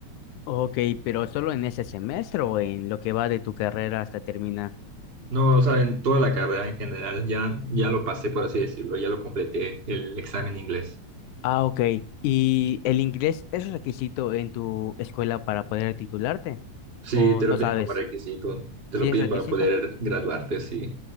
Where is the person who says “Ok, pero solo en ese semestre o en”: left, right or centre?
Left